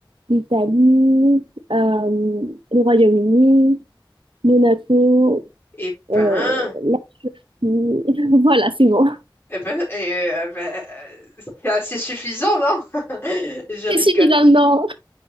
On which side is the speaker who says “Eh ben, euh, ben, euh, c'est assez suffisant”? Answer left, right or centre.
Left